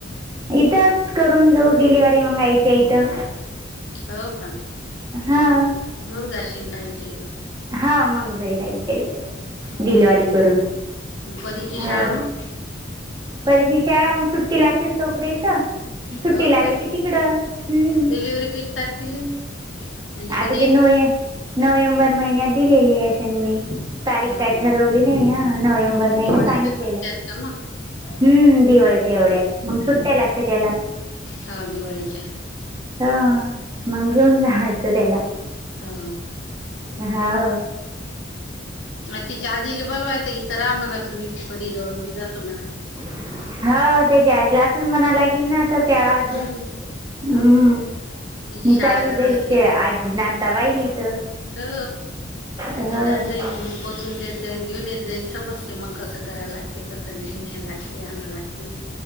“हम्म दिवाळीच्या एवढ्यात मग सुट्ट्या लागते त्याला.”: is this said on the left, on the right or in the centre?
Right